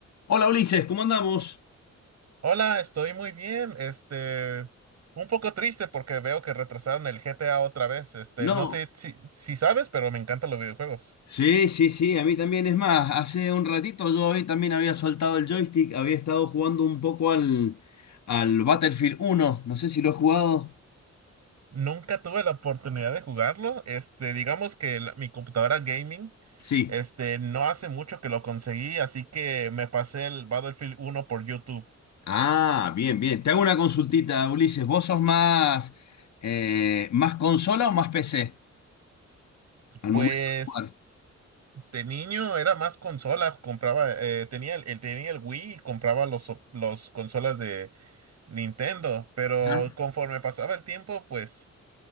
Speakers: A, on the left; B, on the right.
A: Hola Ulises, ¿cómo andamos?
B: Hola, estoy muy bien. Este, un poco triste porque veo que retrasaron el GTA otra vez. Este,
A: No,
B: no sé si, si sabes, pero me encantan los videojuegos.
A: sí, sí, sí, a mí también. Es más, hace un ratito yo hoy también había soltado el joystick, había estado jugando un poco al, al Battlefield uno. No sé si lo he jugado.
B: Nunca tuve la oportunidad de jugarlo. Este, digamos que la- mi computadora gaming,
A: Sí.
B: este, no hace mucho que lo conseguí, así que me pasé el Battlefield uno por YouTube.
A: Ah, bien, bien. Te hago una consultita, Ulises. ¿Vos sos más, eh, más consola o más PC al
B: Pues
A: momento de jugar?
B: de niño era más consola, compraba, eh, tenía el, el- tenía el Wii y compraba los, los consolas Nintendo, pero
A: Ajá.
B: conforme pasaba el tiempo, pues,